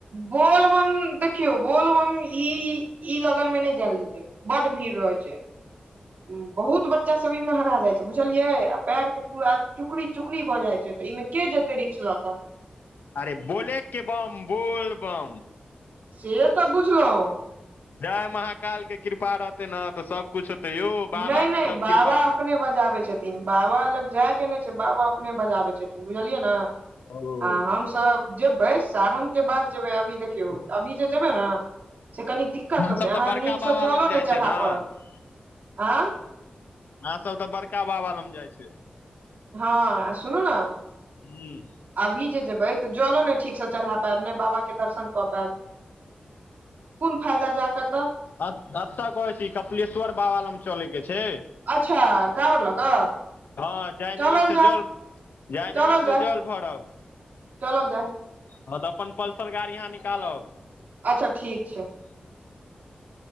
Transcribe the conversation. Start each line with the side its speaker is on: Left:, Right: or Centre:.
Right: बोलबम देखियौ, बोलबम ई-ई-ई लगनमे नै जाएल जेतै। बडु भीड़ रहै छै। <inaudible> बहुत बच्चा सब ई मे हरा जाइ बुझलियै आ पैर के पूरा चुकड़ी चुकड़ी भ जाइ छै त ऐ मे के जेतै रिक्स ल क?
Left: आरे बोले के बम बोल बम।
Right: से त बुझलौं।
Left: जय महाकाल के कृपा रहतै न त सबकुछ होते यौ, बाबा
Right: नहि नहि
Left: के सब
Right: बाबा
Left: कृपा रहत।
Right: अपने बजाबै छथिन। बाबा लग जाइ के नै छै बाबा अपने बजाबै छथिन बुझलियै न?
Left: ओ
Right: आ हमसब जेबै सावनके बाद जेबै। अभी देखियौ अभी जे जेबै न <inaudible> से कनी दिक्कत होतै।
Left: सब तऽ
Right: अहाँ
Left: बड़का
Right: नीकसँ
Left: बाबा
Right: जलो
Left: लग जाइ
Right: नै चढ़ा
Left: छै ने अहाँ
Right: पड़ब <inaudible> आँं?
Left: अहाँ सब त बड़का बाबा लंग जाइ छी।
Right: हँ आ सुुनु न
Left: हूँ
Right: अभी जे जेबै त जलो नै ठीक सं चढ़ा पाएब, ने बाबा के दर्शन क पाएब? कुन फायदा जा क त?
Left: अत अत कहै छी कपिलेश्वर बाबा लम। चलै के छै।
Right: अच्छा काँवर लऽ कऽ
Left: <inaudible> हँ, जयनगर
Right: चलल
Left: से
Right: जाय
Left: जल <inaudible> जयनगर
Right: चलल
Left: से
Right: जाय
Left: जल भरब।
Right: चलल जाइ।
Left: हँ त अपन पल्सर गाड़ी अहाँ निकालब।
Right: अच्छा ठीक छै।